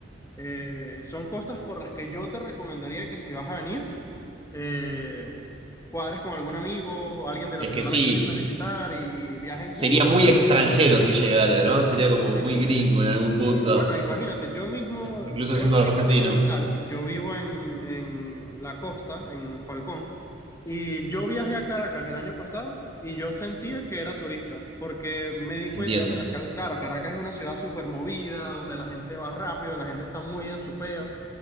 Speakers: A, on the left; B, on the right.
A: Eh, son cosas por las que yo te recomendaría que si vas a venir eh, cuadres con algún amigo, alguien de la
B: es
A: ciudad
B: que sí,
A: a la que piensas visitar y, viajen
B: sería
A: juntos.
B: muy extranjero si llegara, ¿no? Sería como
A: Y,
B: muy
A: sí.
B: gringo en algún punto,
A: y bueno, imagínate, yo mismo,
B: incluso
A: yo
B: siendo
A: no vivo
B: argentino.
A: en la capital, yo vivo en, en la costa, en Falcón, y yo viajé a Caracas el año pasado y yo sentía que era turista, porque me di cuenta,
B: Entiendo,
A: o sea, cal- claro, Caracas es una ciudad súper movida, donde la gente va rápido, la gente está muy en su peo,